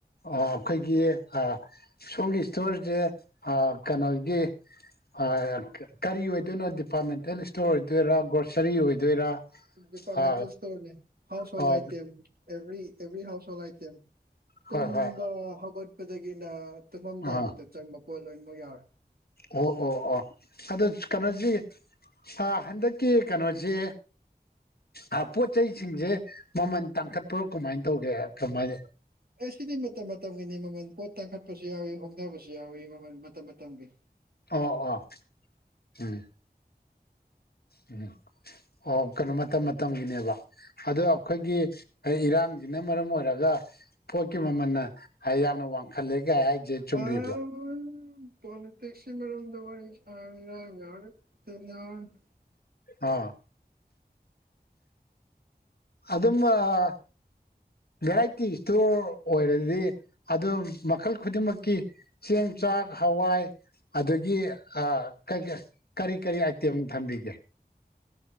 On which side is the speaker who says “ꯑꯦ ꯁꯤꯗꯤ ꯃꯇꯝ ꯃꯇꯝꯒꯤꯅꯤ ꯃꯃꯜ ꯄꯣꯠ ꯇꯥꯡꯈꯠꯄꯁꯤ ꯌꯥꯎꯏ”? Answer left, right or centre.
Right